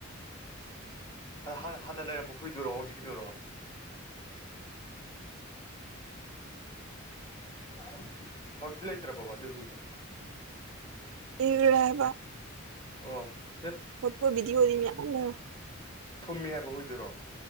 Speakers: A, on the left; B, on the right.
A: ꯍꯥꯟꯅ ꯍꯥꯟꯅ ꯂꯩꯔꯝꯕ ꯍꯨꯏꯗꯔꯣ ꯍꯧꯖꯤꯛꯀꯤꯗꯨꯔꯣ <unintelligible> ꯂꯥꯛꯑꯣ ꯍꯧꯖꯤꯛꯇꯤ ꯂꯩꯇ꯭ꯔꯕꯣ ꯑꯗꯨꯏ ꯍꯨꯏꯗꯣ
B: ꯁꯤꯒꯔꯦ ꯍꯥꯏꯕ
A: ꯑꯣ ꯅ
B: ꯐꯣꯇꯣ ꯕꯤꯗꯤꯑꯣ ꯗꯤ ꯃꯌꯥꯝ ꯂꯩ
A: ꯐꯨꯝꯃꯤ ꯍꯥꯏꯕ ꯍꯨꯏꯗꯨꯔꯣ